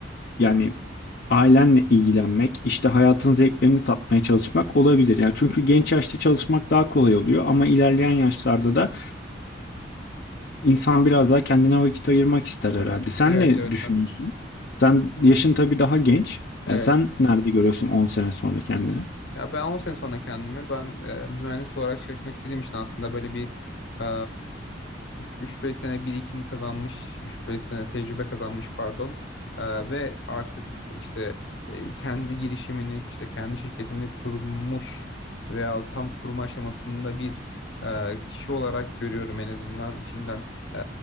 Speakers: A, on the left; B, on the left.
A: yani ailenle ilgilenmek, işte hayatın zevklerini tatmaya çalışmak olabilir. Yani çünkü genç yaşta çalışmak daha kolay oluyor ama ilerleyen yaşlarda da İnsan biraz daha kendine vakit ayırmak ister herhalde. Sen
B: Evet
A: ne
B: evet
A: düşünüyorsun?
B: haklısın.
A: Sen yaşın tabii daha genç.
B: Evet.
A: Yani sen nerede görüyorsun 10 sene sonra kendini?
B: Ya ben 10 sene sonra kendimi ben e, mühendis olarak çalışmak istediğim için aslında böyle bir e, 3-5 sene birikim kazanmış, üç beş sene tecrübe kazanmış pardon. E, ve artık işte e, kendi girişimini, işte kendi şirketini kurmuş veya tam kurma aşamasında bir e, kişi olarak görüyorum en azından. içimden e,